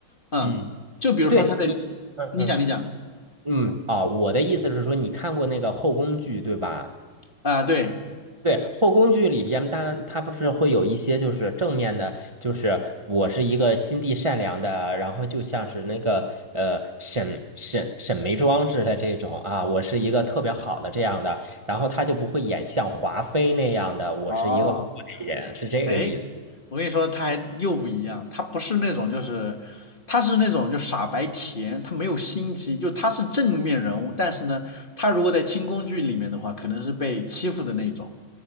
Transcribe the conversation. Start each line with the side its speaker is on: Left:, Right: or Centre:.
Left: 嗯，
Right: 嗯，
Left: 就比如说她的，
Right: 对你，嗯嗯
Left: 你讲你讲
Right: 嗯啊，我的意思是说，你看过那个后宫剧对吧？
Left: 啊，对，
Right: 对，后宫剧里边，当然它不是会有一些就是正面的，就是我是一个心地善良的，然后就像是那个呃沈沈沈眉庄似的这种啊，我是一个特别好的这样的，然后他就不会演像华妃那样的，我是一个坏人，
Left: 哦，
Right: 是这个意思。
Left: 哎。我跟你说，他还又不一样，他不是那种就是，他是那种就傻白甜，他没有心机，就他是正面人物，但是呢，他如果在清宫剧里面的话，可能是被欺负的那种，